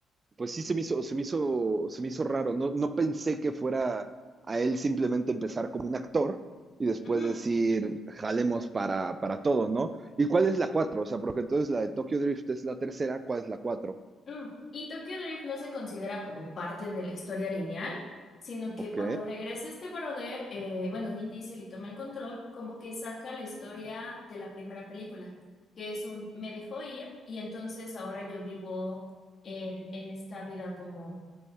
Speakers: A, on the right; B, on the left.
A: pues sí se me hizo, se me hizo, se me hizo raro. No, no pensé que fuera a él simplemente empezar como un actor y después
B: ujú.
A: decir, jalemos para, para todo, ¿no? ¿Y cuál es la 4? O sea, porque entonces la de Tokyo Drift es la tercera, ¿cuál es la 4?
B: Mm, Y Tokyo Drift no se considera como parte de la historia lineal, sino que
A: Ok,
B: cuando regresa este brother, eh, bueno, Vin Diesel y toma el control, como que saca la historia de la primera película, que es un me dejó ir y entonces ahora yo vivo en, en esta vida como